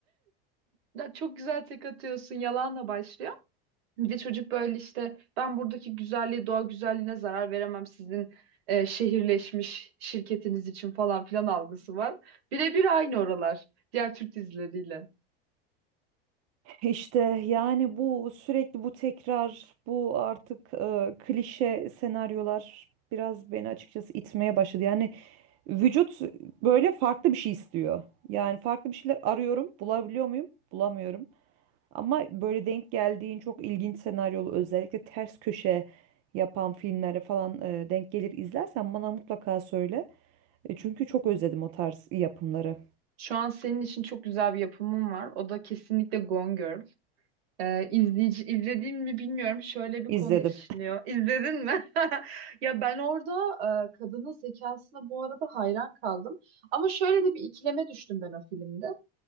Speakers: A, on the right (about 85°); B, on the right (about 55°).
A: Ya çok güzel tek atıyorsun yalanla başlıyor. Bir de çocuk böyle işte ben buradaki güzelliğe, doğa güzelliğine zarar veremem sizin e, şehirleşmiş şirketiniz için falan filan algısı var. Birebir aynı oralar diğer Türk dizileriyle.
B: İşte yani bu sürekli bu tekrar, bu artık e, klişe senaryolar biraz beni açıkçası itmeye başladı. Yani vücut böyle farklı bir şey istiyor. Yani farklı bir şeyler arıyorum, bulabiliyor muyum? Bulamıyorum. Ama böyle denk geldiğin çok ilginç senaryolu özellikle ters köşe yapan filmlere falan e, denk gelir izlersen bana mutlaka söyle. E, çünkü çok özledim o tarz yapımları.
A: Şu an senin için çok güzel bir yapımım var. O da kesinlikle Gone Girl. E, izleyici, izlediğim mi bilmiyorum. Şöyle bir
B: İzledim.
A: konu işliyor. İzledin mi? <laughs> Ya ben orada e, kadının zekasına bu arada hayran kaldım. Ama şöyle de bir ikileme düştüm ben o filmde.